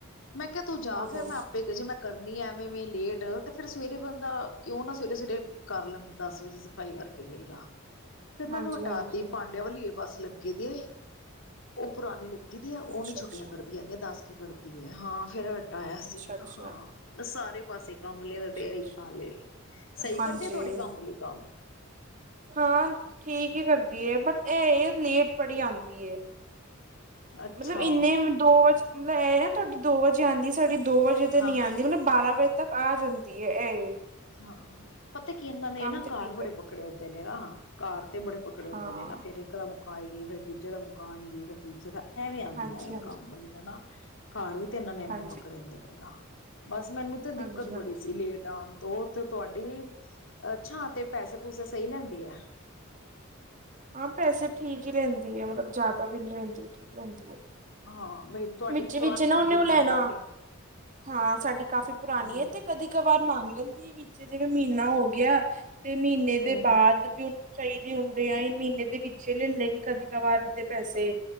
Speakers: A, on the left; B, on the right.
A: ਮੈਂ ਕਿਹਾ। ਤੂੰ ਜਾ
B: ਓਹੋ
A: ਫੇਰ ਮੈਂ ਆਪੇ ਕਿ ਜੇ ਮੈਂ <unintelligible> ਕਰਨੀ ਐਵੇਂ ਲੇਟ। ਉਹ ਤੇ ਫਿਰ ਸਵੇਰੇ ਬੰਦਾ। ਕਿਉਂ ਨਾ ਸਵੇਰੇ ਸਵੇਰੇ ਕਰ ਲੈਂਦਾ ਦਸ ਵਜੇ ਸਫ਼ਾਈ ਕਰਕੇ ਵਿਹਲਾ। ਫਿਰ ਇਹਨਾਂ
B: ਹਾਂਜੀ
A: ਨੂੰ ਹਟਾਤੀ
B: ਹਾਂਜੀ
A: ਪਾਂਡਿਆਂ ਵਾਲਲੀਏ ਬਸ। <unintelligible> ਲੱਗੇ ਦੀ ਹੈ ਉਹ ਪੁਰਾਣੀ ਲੱਗੀ। ਦੀਆਂ ਉਹ
B: ਅੱਛਾ
A: ਨੀ
B: ਅੱਛਾ
A: ਛੁੱਟੀਆਂ ਕਰਦੀ ਹੈਗੀ ਦੀ ਦਸ ਕਰਦੀ ਹੈ ਹਾਂ। ਫੇਰ। ਆਇਆ ਸੀ
B: ਅੱਛਾ ਅੱਛਾ
A: ਹਾਂ ਸਾਰੇ ਪਾਸੇ ਕੰਮ
B: ਅੱਛਾ
A: ਤੇ
B: ਅੱਛਾ
A: ਇਹੀ ਹਾਲ ਹੈ ਸਹੀ
B: ਹਾਂਜੀ
A: ਕਰਦੀ ਆ ਤੁਹਾਡੀੇ ਕੰਮ ਵਾਲੀ ਕੰਮ
B: ਹਾਂ ਠੀਕ ਹੀ ਕਰਦੀ ਹੈ ਬਟ ਇਹ ਲੇਟ ਬੜੀ ਆਉਂਦੀ ਹੈ।
A: ਅੱਛਾ
B: ਮਤਲਬ ਇੰਨੇ ਦੋ ਵਜ ਮਤਲਬ ਇਹ ਨਾ। <unintelligible> ਤੁਹਾਡੀ ਦੋ ਵਜੇ ਆਉਂਦੀ ਸਾਡੀ ਦੋ ਵਜੇ ਤੇ
A: ਹਾਂ
B: ਨਹੀ ਆਉਂਦੀ ਮਤਲਬ ਬਾਰਾਂ ਵਜੇ। ਤੱਕ ਆ ਜਾਂਦੀ ਹੈ ਇਹ
A: ਹਾਂ। ਪਤਾ ਕੀ ਇਹਨਾਂ ਨੇ
B: ਕੰਮ
A: ਨਾ
B: ਤੇ
A: ਘਰ
B: ਠੀਕ
A: ਬੜੇ
B: ਕਰਦੀ
A: ਪਕੜੇ
B: ਹੈ।
A: ਹੋਦੇ ਨੇ ਨਾ ਘਰ। ਬੜੇ ਪਕੜੇ ਹੁੰਦੇ
B: ਹਾਂ
A: ਨੇ ਨਾ ਫਿਰ ਇੱਕ ਦਾ ਮੁ ਪਾਈ ਗਏ ਫਿਰ ਦੂਜੇ ਦਾ ਮਕਾਨ ਗਏ ਫਿਰ ਤੂਜੇ ਦਾ ਇਹ ਵੀਂ ਆਉਂਦੀਆਂ
B: ਹਾਂਜੀ ਹਾਂਜੀ
A: ਕੰਮ ਵਾਲੀਆਂ ਨਾ। ਘਰ ਵੀ ਤੇ ਇਹਨਾਂ ਨੇ ਏਨੇ
B: ਹਾਂਜੀ
A: ਪਕੜੇ ਹੁੰਦੇ ਨੇ ਨਾ। ਅੱ। <inaudible> ਬਸ ਮੈਨੂੰ ਤੇ
B: ਹਾਂਜੀ
A: ਦਿੱਕਤ
B: ਹਾਂਜੀ
A: ਬੜੀ ਸੀ ਲੇਟ ਆਉਣ ਤੇ ਤੁਹਾਡੀ ਅਛਾ ਤੇ ਪੈਸੇ ਪੂਸੇ ਸਹੀ ਲੈਂਦੀ ਹੈ।
B: ਹਾਂ ਪੈਸੇ ਠੀਕ ਹੀ ਲੈਂਦੀ ਹੈ ਮਤਲਬ ਜ਼ਿਆਦਾ ਵੀ ਨਹੀਂ ਲੈਂਦੀ ਠੀਕ ਲੈਂਦੀ ਹੈ।
A: ਹਾਂ। ਬਈ ਤੁਹਾਡੀ
B: ਵਿੱਚ
A: ਵੀ ਪੁਰਾਣੀ
B: ਵਿੱਚ ਨਾ
A: ਲੱਗੀ
B: ਉਹਨੇ ਉਹ
A: ਦੀ
B: ਲੈਣਾ
A: ਕਾਫੀ
B: ਹਾਂ ਸਾਡੀ ਕਾਫ਼ੀ ਪੁਰਾਣੀ
A: ਹੂੰ
B: ਹੈ ਤੇ ਕਦੇ ਕ ਵਾਰ ਮੰਗ ਲੈਂਦੀ ਵਿੱਚ ਜਿਵੇਂ ਮਹੀਨਾ ਹੋ ਗਿਆ ਤੇ ਮਹੀਨੇ
A: ਹੂੰ
B: ਦੇ
A: ਹੂੰ
B: ਬਾਅਦ ਵੀ ਚਾਹੀਦੇ ਹੁੰਦੇ ਆ ਯਾ ਮਹੀਨੇ ਦੇ ਵਿਚੇ ਲੈ ਲੈਣ ਕਦੀ ਕਵਾਰ ਦੇ ਪੈਸੇ।